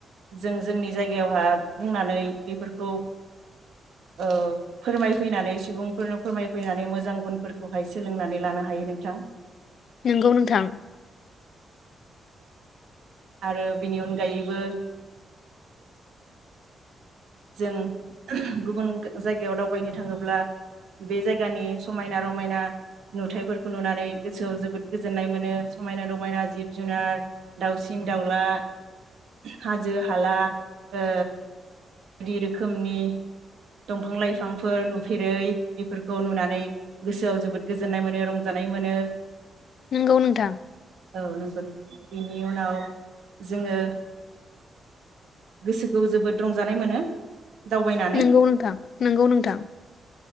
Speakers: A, on the right; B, on the left.
A: जों जोंनि जायगायावहा बुंनानै बेफोरखौ ओ फोरमायफैनानै सुबुंफोरनो फोरमायफैनानै मोजां गुनफोरखौहाय सोलोंनानै लानो हायो नोंथां।
B: नोंगौ नोंथां।
A: आरो बेनि अनगायैबो <inaudible> जों गुबुन गो जायगायाव दावबायनो थाङोब्ला बे जायगानिस समायना रमायना नुथायफोरखौ नुनानै गोसोआव जोबोद गोजोन्नाय मोनो समायना रमायना जिब जुनार दाउसिन दाउला हाजो हाला ओ दि रोखोमनि दंफां लाइफांफोर नुफेरै बेफोरखौ नुनानै गोसोआव जोबोद गोजोननाय मोनो रंजानाय मोनो।
B: नोंगौ नोंथां।
A: औ नंगौ नोंथ बेनि उनाव जोङो गोसोखौ जोबोद रंजानाय मोनो। दावबायनानै
B: नोंगौ नोंथां नोंगौ नोंथां